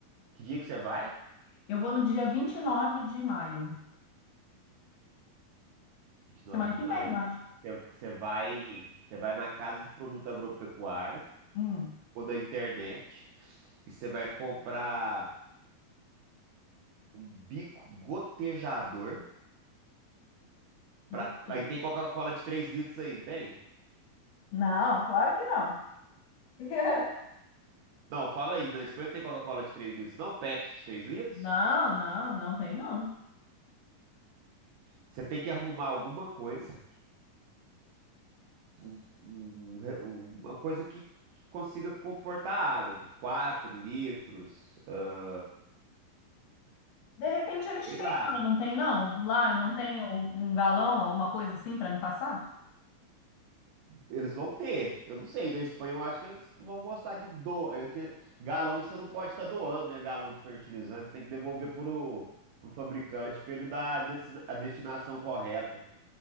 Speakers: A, on the right; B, on the left.
A: Que dia que você vai?
B: Eu vou no dia 29 de maio,
A: vinte e nove
B: semana
A: de
B: que
A: maio.
B: vem, eu acho.
A: Você vai, você vai na casa de produto agropecuário
B: Hum,
A: ou na internet e você vai comprar um bico gotejador pra,
B: ok.
A: aí tem Coca-Cola de 3 litros aí, não tem?
B: Não, claro que não. <laughs>
A: Não, fala aí, na Espanha não tem Coca-Cola de 3 litros, não, Pepsi de 3 litros.
B: Não, não, não tem não.
A: Você tem que arrumar alguma coisa, um- um re- um- uma coisa que consiga comportar água de 4 litros, ah,
B: De repente eles
A: sei
B: têm,
A: lá.
B: lá, não tem não? Lá não tem um galão, alguma coisa assim para me passar?
A: Eles vão ter. Eu não sei, da Espanha eu acho que eles não vão gostar de doar. é que galão você não pode estar doando, né? Galão de fertilizante, você tem que devolver pro, pro fabricante para ele dar a desti- a destinação correta.